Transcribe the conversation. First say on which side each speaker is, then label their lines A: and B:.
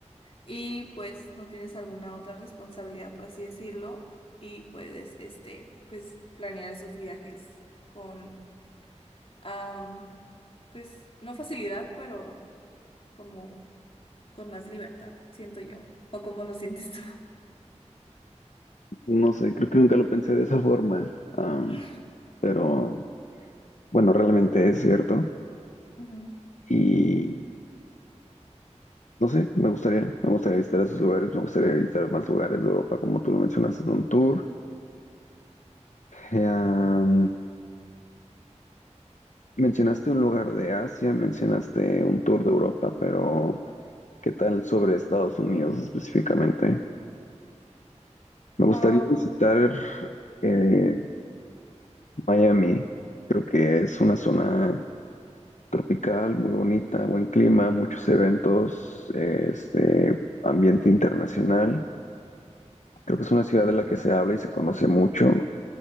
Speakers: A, on the left (about 50°); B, on the left (about 80°).
A: y pues no tienes alguna otra responsabilidad, por así decirlo, y puedes, este, pues planear esos viajes con, am, pues no facilidad, pero como con más libertad, siento yo, o cómo lo sientes tú.
B: No sé, creo que nunca lo pensé de esa forma, am,
A: <laughs>
B: pero bueno, realmente es cierto.
A: Ujú.
B: Y no sé, me gustaría, me gustaría visitar esos lugares, me gustaría visitar más lugares de Europa, como tú lo mencionaste en un tour. Eh, am, Mencionaste un lugar de Asia, mencionaste un tour de Europa, pero ¿qué tal sobre Estados Unidos específicamente? Me gustaría
A: Ah,
B: visitar eh, Miami. Creo que es una zona tropical, muy bonita, buen clima, muchos eventos, eh, este ambiente internacional. Creo que es una ciudad de la que se habla y se conoce mucho,